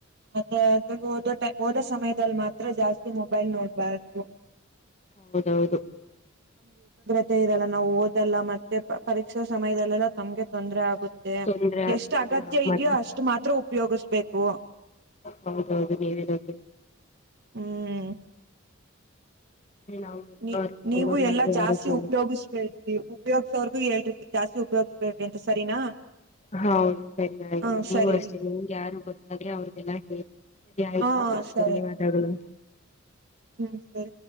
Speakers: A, on the right; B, on the left.
A: ಅದ ಓದೋ ಓದೋ ಸಮಯದಲ್ಲಿ ಮಾತ್ರ ಜಾಸ್ತಿ ಮೊಬೈಲ್ ನೋಡ್ಬಾರ್ದು.
B: ಹೌದೌದು
A: ಮ ಇರಲ್ಲ ನಾವು ಓದಲ್ಲ ಮತ್ತೆ ಪರೀಕ್ಷೆ ಸಮಯದಲ್ಲೆಲ್ಲ ತಮ್ಗೆ ತೊಂದರೆ ಆಗುತ್ತೆ.
B: ತೊಂದ್ರೆ
A: ಮ
B: ಆಗುತ್ತೆ
A: ಎಷ್ಟು ಅಗತ್ಯ
B: ನಾವು
A: ಇದ್ಯೋ
B: ಮತ್ತೆ
A: ಅಷ್ಟು ಮಾತ್ರ ಉಪಯೋಗಿಸ್ಬೇಕು.
B: ಹೌದೌದು ನೀವೆಳಿದ್ದು.
A: ಹ್ಮ್
B: ಅಂದ್ರೆ ನಾವು ಎಲ್ಲರೂ
A: ನೀ ನೀವು
B: ಹೇಳೋ ಮಾತು
A: ಎಲ್ಲಾ ಜಾಸ್ತಿ
B: ಯಾರು ಕೇಳ
A: ಉಪಯೋಗಿಸ್ಬೇರಿ ಉಪಯೋಗ್ಸೋರ್ಗು ಹೇಳಿ. ಜಾಸ್ತಿ ಉಪಯೋಗ್ಬೇಡ್ರಿ ಅಂತ ಸರಿನಾ.
B: ಹೌದು ಚನ್ನ ಆಯ್ತು
A: ಹ
B: ನೀವ
A: ಸರಿ
B: ಅಷ್ಟೇ
A: ರೀ
B: ನಿಮ್ಗೆ ಯಾರು ಗೊತ್ತಾದ್ರೆ ಅವ್ರಿಗೆಲ್ಲ ಹೇಳಿ. ಸರಿ ಆಯ್ತು
A: ಹ ಸರಿ
B: ಧನ್ಯವಾದಗಳು.
A: ಹ್ಮ್ ಸರಿ.